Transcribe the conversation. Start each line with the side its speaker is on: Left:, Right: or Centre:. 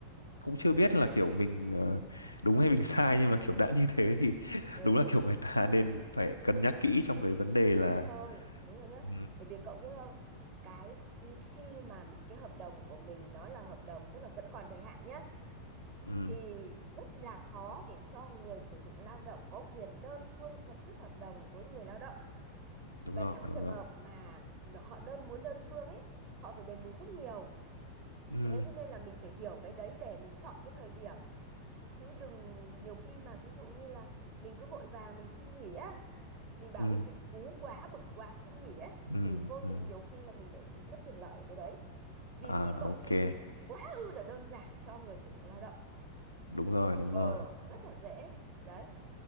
Left: cũng chưa biết là kiểu mình ờ, đúng hay mình <laughs> sai nhưng mà kiểu đã như thế thì <laughs>
Right: ừ
Left: đúng là kiểu người ta nên phải cân nhắc kỹ trong cái vấn đề
Right: đúng
Left: là
Right: rồi đúng rồi nhá
Left: ừ,
Right: bởi vì cậu biết không cái khi khi mà cái hợp đồng của mình nó là hợp đồng tức là vẫn còn thời hạn nhá
Left: ừ,
Right: thì rất là khó để cho người sử dụng lao động có quyền đơn phương chấm dứt hợp đồng với người lao động
Left: đúng
Right: và
Left: rồi
Right: trong
Left: đúng
Right: trường
Left: rồi
Right: hợp mà nó- họ đơn muốn đơn phương ấy họ phải đền bù rất nhiều
Left: ừ,
Right: thế thế nên là mình phải hiểu cái đấy để mình chọn cái thời điểm chứ đừng nhiều khi mà ví dụ như là mình cứ vội vàng mình xin nghỉ á mình bảo
Left: ừ,
Right: ôi dịch cú quá bực quá xin nghỉ á
Left: ừ,
Right: thì vô
Left: ừ.
Right: tình nhiều khi là mình lại bị mất quyền lợi ở cái đấy vì
Left: à
Right: khi cậu
Left: ok
Right: xin nghỉ thì quá ư là đơn giản cho người sử dụng lao động
Left: đúng rồi đúng
Right: ờ
Left: rồi
Right: rất là dễ đấy